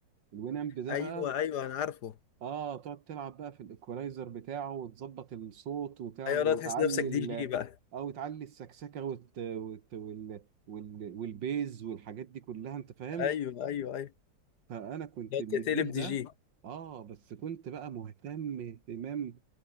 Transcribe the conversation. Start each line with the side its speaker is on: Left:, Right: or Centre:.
Right: الوين ام ده
Left: ايوه
Right: بقى
Left: ايوه انا عارفه
Right: اه تقعد تلعب بقى في الايكولايزر بتاعه وتظبط الصوت وتعمل
Left: ايوه
Right: وتعلي
Left: لا تحس نفسك دي
Right: ال-
Left: جي بقى
Right: او تعلي السكسكه وت... وت... وال... وال... والبيز والحاجات دي كلها انت فاهم
Left: ايوه ايوه ايوه
Right: فانا كنت
Left: لا
Right: من
Left: تقلب
Right: الجيل
Left: دي
Right: ده
Left: جي
Right: اه بس كنت بقى مهتم اهتمام